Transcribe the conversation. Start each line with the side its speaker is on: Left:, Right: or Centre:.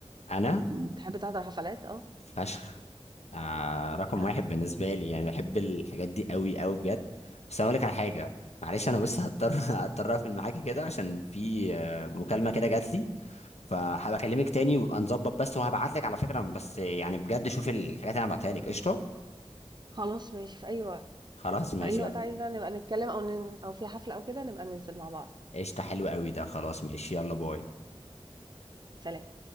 Left: انا
Right: امم، بتحب تحضر حفلات؟ آه،
Left: فشخ آه رقم
Right: آه،
Left: واحد بالنسبة لي يعني بحب الحاجات دي قوي قوي بجد بس أنا أقول لك على حاجة معلش أنا بس هضطر <laughs> هضطر أقفل معاك كده عشان في آه، مكالمة كده جات لي فهبقى أكلمك تاني وابقى نظبط بس وهبعت لك على فكرة بس يعني بجد شوف الحاجات اللي أنا بعتها لك قشطة
Right: خلاص ماشي في أي وقت،
Left: خلاص ماشي
Right: في أي وقت
Left: يلا
Right: عايزة نبقى نتكلم أو ن أو في حفلة أو كده نبقى ننزل مع بعض،
Left: قشطة حلو قوي ده خلاص ماشي يلا باي
Right: سلام.